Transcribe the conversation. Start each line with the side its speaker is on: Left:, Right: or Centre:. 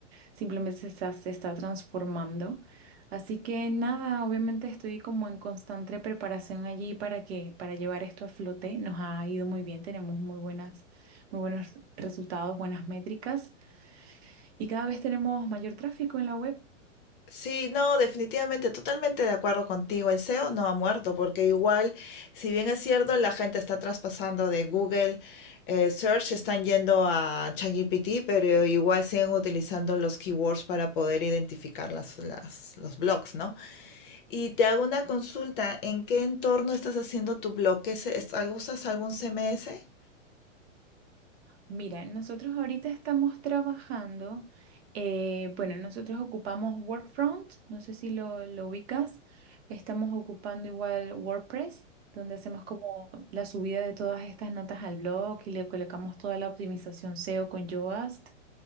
Right: Simplemente se está, se está transformando. Así que nada, obviamente estoy como en constante preparación allí para que, para llevar esto a flote. Nos ha ido muy bien, tenemos muy buenas, muy buenos resultados, buenas métricas y cada vez tenemos mayor tráfico en la web.
Left: Sí, no, definitivamente, totalmente de acuerdo contigo. El SEO no ha muerto, porque igual, si bien es cierto, la gente está traspasando de Google eh, Search, están yendo a ChatGPT, pero igual siguen utilizando los keywords para poder identificar las, las- los blogs, ¿no? Y te hago una consulta, ¿en qué entorno estás haciendo tu blog? ¿Qué es, es- algo- usas algún CMS?
Right: Mira, nosotros ahorita estamos trabajando, eh, bueno, nosotros ocupamos Workfront, no sé si lo, lo ubicas, estamos ocupando igual WordPress, donde hacemos como la subida de todas estas notas al blog y le colocamos toda la optimización SEO con Yoast.